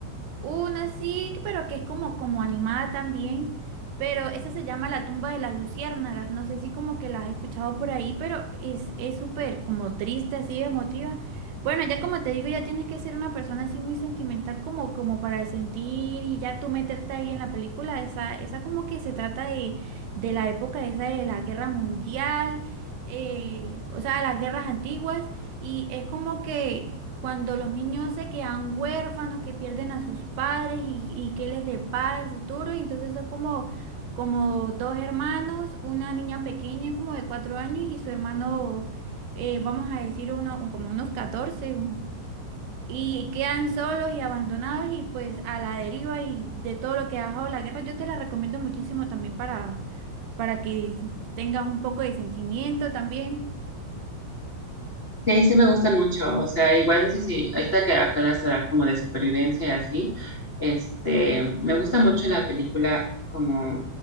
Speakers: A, on the right (about 75°); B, on the left (about 65°).
A: Una sí, pero que es como, como animada también, pero esa se llama La tumba de las luciérnagas, no sé si como que la has escuchado por ahí, pero es es súper como triste, así emotiva. Bueno, ya como te digo, ya tienes que ser una persona así muy sentimental como, como para sentir y ya tú meterte ahí en la película, esa, esa como que se trata de, de la época esa de la guerra mundial, eh, o sea, las guerras antiguas. Y es como que cuando los niños se quedan huérfanos, que pierden a sus padres y, y qué les depara el futuro, y entonces son como, como dos hermanos, una niña pequeña como de cuatro años y su hermano, eh, vamos a decir, uno, como unos 14 un- y quedan solos y abandonados y pues a la deriva y de todo lo que ha dejado la guerra, yo te la recomiendo muchísimo también para, para que tengas un poco de sentimiento también.
B: Sí, sí me gustan mucho, o sea, igual sí, sí. si, ahorita que acá las dan como de supervivencia y así, este, me gusta mucho la película como,